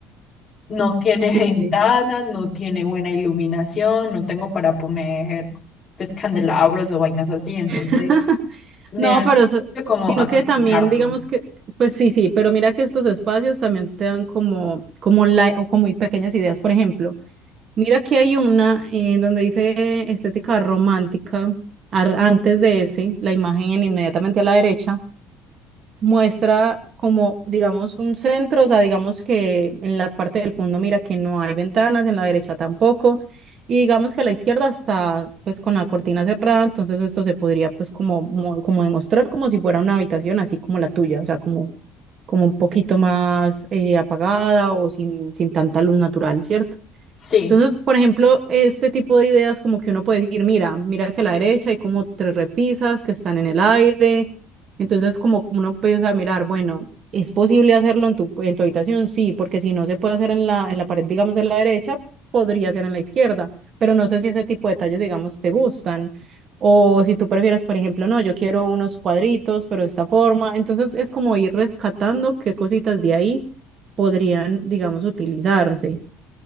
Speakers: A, on the left; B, on the right.
A: No tiene <laughs>
B: Sí, sí.
A: ventanas, no tiene buena iluminación, no tengo para poner pues candelabros o vainas así, entonces
B: <laughs>
A: me
B: No,
A: da el
B: pero
A: susto
B: eso-
A: como
B: sino
A: atosigarlo.
B: que también digamos que, pues sí, sí, pero mira que estos espacios también te dan como, como la, o como muy pequeñas ideas, por ejemplo. Mira que hay una eh, donde dice estética romántica, ar- antes de ese, la imagen inmediatamente a la derecha, muestra como, digamos, un centro, o sea, digamos que en la parte del fondo mira que no hay ventanas, en la derecha tampoco, y digamos que a la izquierda está pues con la cortina cerrada, entonces esto se podría pues como, mo- como demostrar como si fuera una habitación así como la tuya, o sea, como, como un poquito más eh, apagada o sin, sin tanta luz natural, ¿cierto?
A: Sí,
B: Entonces, por ejemplo, este tipo de ideas como que uno puede decir, mira, mira que a la derecha hay como tres repisas que están en el aire. Entonces, como uno empieza a mirar, bueno, ¿es posible hacerlo en tu, en tu habitación? Sí, porque si no se puede hacer en la, en la pared, digamos, de la derecha, podría ser en la izquierda. Pero no sé si ese tipo de detalles, digamos, te gustan. O si tú prefieres, por ejemplo, no, yo quiero unos cuadritos, pero de esta forma. Entonces, es como ir rescatando qué cositas de ahí podrían, digamos, utilizarse.